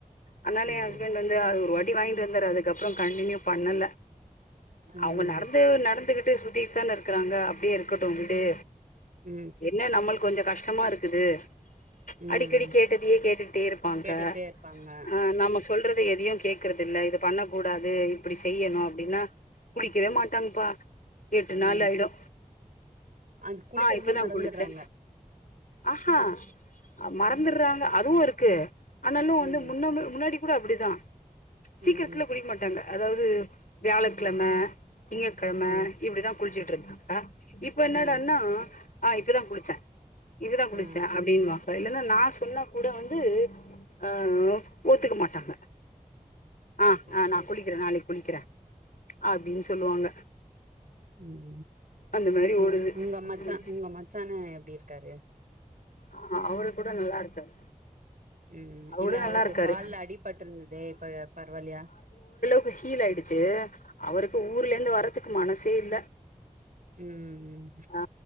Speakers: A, on the left; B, on the right.
A: அதனால
B: ம்
A: எ ஹஸ்பண்ட் வந்து அது ஒரு வாட்டி <unintelligible> வாங்கிட்டுந்தாரு அதுக்கப்ரோ கண்டினியூ பண்ணல
B: ம்
A: அவங்க
B: ம்
A: நடந்து நடந்துகிட்டு ட்டு சுத்தீகிட்டு தான இருக்கிறாங்க அப்டியே இருக்கட்டு விடு
B: உ
A: என்ன நம்ள்க் கொஞ்ச கஷ் டமா இருக்குது ச்
B: ம்
A: அடிக்கடி
B: ம்
A: கேட்டதையே கேட்டுட்டே இருப்பாங்க
B: கேட்டுட்டே இருப்பாங்க
A: ஆ நாம சொல்றத எதையு கேக்குறதில்ல இத பண்ண கூடாது இப்டி செய்னு அப்டினா குளிக்கவே மாட்டாங்கப்பா எட்டு நாள்
B: உ
A: ஆயிடு
B: அது குளிக்கிறதையே
A: ஆ இப்பதா
B: மறந்து
A: குளிச்சே
B: ற்றாங்க
A: ஆஹா மறந்துர்றாங்க அதுவு இருக்கு ஆனாலு வந்து
B: ம்
A: முன்ன முன்னாடி கூட அப்டிதா சீக்ரத்ல
B: ம் ம்
A: குளிக்க மாட்டாங்க அதாவது வியாழக்கிழம திங்ககெழம
B: ம்
A: இப்டிதா குளிச்சிட்டு இருந்தாக்கா இப்ப என்னாடானா
B: ஆ
A: ஆய் இப்பதா குளுச்சே இவ்ளதா குளுச்சே
B: ஆ
A: அப்டீனுவா இல்லன்னா நா சொன்னா கூட வந்து ஆ ஒத்துக்க மாட்டாங்க ஆ ஆ
B: சரி
A: நா குளிக்குறே நாளைக்கு குளிக்கிறெ அப்டின்னு சொல்லுவாங்க
B: உம்
A: அந்த மாரி
B: உம்
A: ஓடுது
B: உங்க மச்சா
A: ம்
B: உங்க மச்சா அண்ண எப்டி இருக்காரு
A: ஆ அவரு கூட நல்லா இருக்காரு
B: உம்
A: அவரு
B: இல்ல
A: கூட நல்லா
B: அவருக்கு
A: இருக்காரு
B: கால்ல அடிபட்டுருந்துதே இப்ப பரவாயில்லயா
A: இப்ப ஹீல் ஆயிடுச்சு அவருக்கு ஊர்ல இருந்து வர்றதுக்கு மனசே இல்ல
B: உம்-உம்
A: ஆ